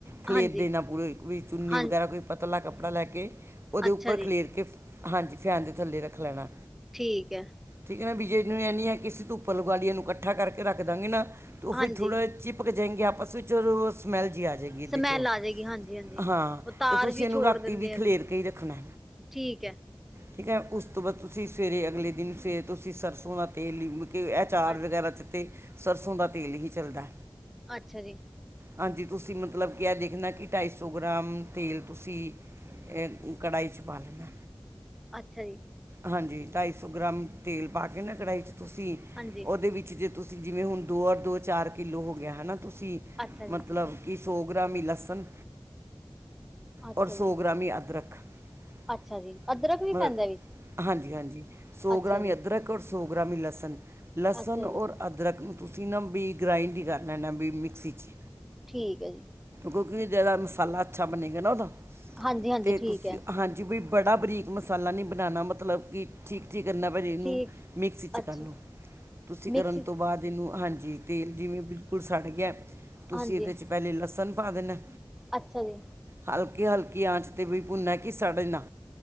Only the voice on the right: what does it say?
ਖਲੇਰ
ਦੇਨਾ ਪੂਰੇ ਵੀ ਚੁੰਨੀ
ਵਗੈਰਾ ਕੋਈ ਪਤਲਾ ਕੱਪੜਾ ਲੈ ਕੇ, ਓਦੇ
ਉੱਪਰ
ਖਲੇਰ ਕੇ ਹਾਂਜੀ, ਫੈਨ ਦੇ ਥੱਲੇ ਰੱਖ ਲੈਣਾ।
ਠੀਕ ਐ‌ ਨਾ ਵੀ ਜੇ ਏਨੂੰ ਏ ਨੀ ਐ, ਕਿ ਅਸੀ ਧੁੱਪ ਲਵਾਲੀ ਨੂੰ ਕੱਠਾ ਕਰਕੇ ਰਾੱਖ ਦਾਂਗੇ ਨਾ ਓ ਫਿਰ
ਥੋੜਾ ਚੀ ਪੱਗ ਜਾਏਂਗੇ ਆਪਾਸ ਵਿੱਚ <unintelligible> ਸਮੈਲ ਜੀ ਆ ਜੇਗੀ। ਇਦੇ
ਚੋ
ਹਾਂ,
ਤੇ ਤੁਸੀ
ਏਨੂੰ
ਰਾਤੀ
ਵੀ
ਖਲੇਰ
ਕੇ ਰੱਖਨਾ
ਠੀਕ ਐ, ਉਸ ਤੋ ਬਾਦ ਤੁਸੀ ਸਵੇਰੇ ਅਗਲੇ ਦਿਨ ਸਵੇਰ ਤੁਸੀ ਸਰਸੋਂ ਦਾ ਤੇਲ ਲਿੰਬ ਕੇ ਅਚਾਰ
ਵਗੈਰਾ ਚ ਤੇ ਸਰਸੋਂ ਦਾ ਤੇਲ ਹੀ ਚੱਲਦਾ।
ਹਾਂਜੀ, ਤੁਸੀ ਮਤਲਬ ਕੀ ਏ ਦੇਖਨਾ ਕਿ ਢਾਈ ਸੋ ਗ੍ਰਾਮ ਤੇਲ ਤੁਸੀ ਏ‌ ਕੜਾਈ ਚ ਪਾ ਲੈਨਾ।
ਹਾਂਜੀ, ਢਾਈ ਸੋ ਗ੍ਰਾਮ ਤੇਲ ਪਾ ਕੇ ਨਾ ਕੜਾਈ ਚ ਤੁਸੀ,
ਓਦੇ ਵੀ ਜੀਦੇ ਤੁਸੀਂ ਜਿਵੇਂ ਹੁਨ ਦੋ ਓਰ ਦੋ ਚਾਰ ਕਿੱਲੋ ਹੋਗੇਆ ਹੈਨਾ, ਤੁਸੀ
ਮਤਲਬ ਕੀ ਸੋ ਗ੍ਰਾਮ ਈ ਲਸਨ,
ਓਰ
ਸੋ ਗ੍ਰਾਮ ਈ ਅਦਰਕ <unintelligible>
ਹਾਂਜੀ, ਹਾਂਜੀ ਸੋ
ਗ੍ਰਾਮ
ਈ ਅਦਰਕ ਓਰ ਸੋ ਗ੍ਰਾਮ ਈ ਲਸਨ, ਲਸਨ
ਓਰ
ਅਦਰਕ ਨੂੰ ਤੁਸੀ ਨਾ ਬੀ ਗ੍ਰਾਇੰਡ ਈ ਕਾੱਰ ਲੈਨਾ ਬਈ ਮਿਕਸੀ ਚ
ਕੋਕਿ ਜਿਆਦਾ ਮਸਾਲਾ ਅੱਛਾ ਬਣੀ ਗ ਨਾ ਤਾਂ
ਅਤੇ
ਤੁਸੀਂ
ਹਾਂਜੀ ਵੀ ਬੜਾ ਬਰੀਕ ਮਸਾਲਾ ਨਹੀਂ ਬਣਾਉਣਾ ਮਤਲਬ ਕਿ ਠੀਕ ਠੀਕ ਕਰਨਾ ਭ ਜ ਇਹਨੂੰ
ਮਿਕਸੀ 'ਚ
ਕਰ ਲਉ ਤੁਸੀਂ
ਕਰਨ ਤੋਂ ਬਾਅਦ ਇਹਨੂੰ ਹਾਂਜੀ ਤੇਲ ਜਿਵੇਂ ਬਿਲਕੁਲ ਸੜ ਗਿਆ ਤੁਸੀਂ
ਇਹਦੇ 'ਚ ਪਹਿਲੇ ਲਸਣ ਪਾ ਦੇ ਨੇ
ਹਲਕੇ, ਹਲਕੀ ਆਂਚ ਤੇ ਵੀ ਭੁੰਨ ਨਾ, ਕਿ ਸੜੇ ਨਾ